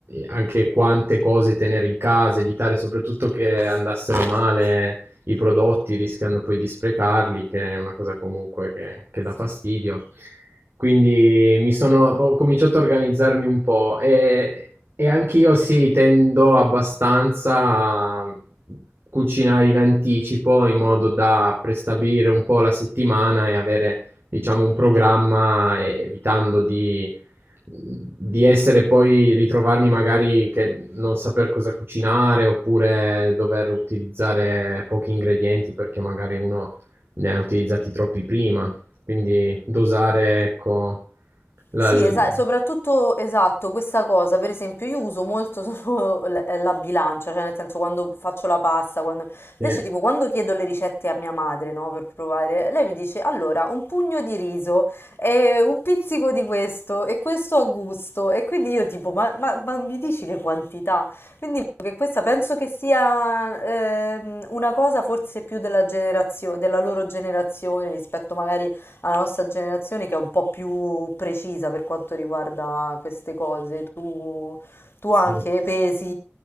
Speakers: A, on the right (about 50°); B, on the left (about 55°).
A: anche quante cose tenere in casa, evitare soprattutto che andassero male i prodotti rischiando poi di sprecarli, che è una cosa comunque che, che dà fastidio. Quindi mi sono, ho cominciato a organizzarmi un po' e, e anch'io sì, tendo abbastanza a cucinare in anticipo in modo da prestabilire un po' la settimana e avere, diciamo, un programma, evitando di di essere poi ritrovarmi magari che non saper cosa cucinare oppure dover utilizzare pochi ingredienti perché magari uno ne ha utilizzati troppi prima. Quindi dosare, ecco, la...
B: Sì,
A: l-
B: esatto, soprattutto esatto, questa cosa, per esempio, io uso molto solo <laughs> l- eh, la bilancia, cioè nel senso quando faccio la pasta, quando...
A: Sì,
B: invece tipo quando chiedo le ricette a mia madre, no, per provare, lei mi dice allora un pugno di riso e un pizzico di questo e questo a gusto e quindi io tipo ma, ma- ma mi dici le quantità? Quindi che questa penso che sia ehm, una cosa forse più della generazio- della loro generazione rispetto magari alla nostra generazione che è un po' più precisa per quanto riguarda queste cose. Tu, tu
A: sì.
B: anche pesi,